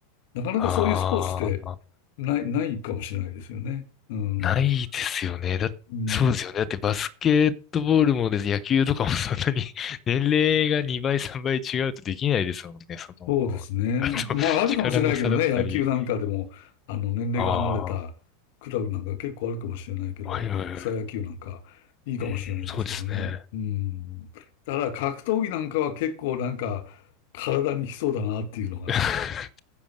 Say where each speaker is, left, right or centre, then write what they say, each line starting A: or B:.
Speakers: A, on the left; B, on the left.
A: なかなかそういうスポーツって
B: ああ。
A: ない、ないかもしれないですよね。うん。
B: ないですよね。だ、
A: うん
B: そうですよね。だってバスケットボールもです、野球とかもそんなに <laughs> 年齢が2倍、3倍違うとできないですもんね。その、
A: そうですね。
B: あと、
A: まあ、あるかもしれないけどね、
B: 力の差だったり。
A: 野球なんかでも、あの、年齢が離れたクラブなんか結構あるかもしれないけど、
B: ああ、はいはいはい。
A: 草野球なんかいいかもしれないですけどね。
B: うん、そうですね。
A: うん。ただから格闘技なんかは結構なんか体にきそうだなっていうのが。
B: <laughs>